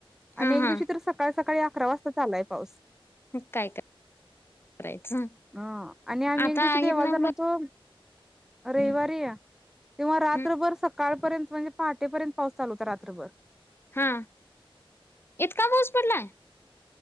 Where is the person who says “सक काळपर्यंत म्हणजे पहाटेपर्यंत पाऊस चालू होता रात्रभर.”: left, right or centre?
Centre